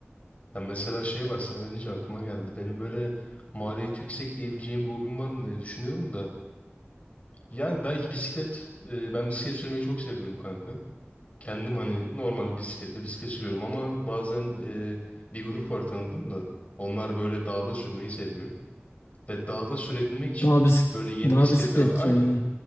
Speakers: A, on the left; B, on the left.
A: Ya mesela şey var sen öyle deyince aklıma geldi. Benim böyle maliyeti yüksek diyebileceğim bir hobim var mı diye düşünüyorum da. Yani belki bisiklet. e, Ben bisiklet sürmeyi çok seviyorum kanka. Kendim hani normal bisikletle bisiklet sürüyorum ama bazen e, bir grup var tanıdım da. Onlar böyle dağda sürmeyi seviyor. Ve dağda sürebilmek için
B: Dağ bisik
A: böyle yeni
B: dağ
A: bisikletler
B: bisikletçiliği.
A: al. Aynen.